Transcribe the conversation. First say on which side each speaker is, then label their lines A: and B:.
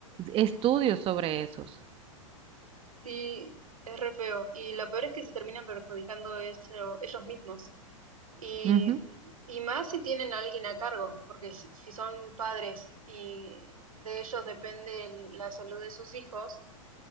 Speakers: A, on the right; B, on the right.
A: estudios sobre esos?
B: sí, es re feo. Y lo peor es que se terminan perjudicando eso- ellos mismos. Y,
A: Ujú.
B: y más si tienen a alguien a cargo, porque si, si son padres y de ellos depende el- la salud de sus hijos,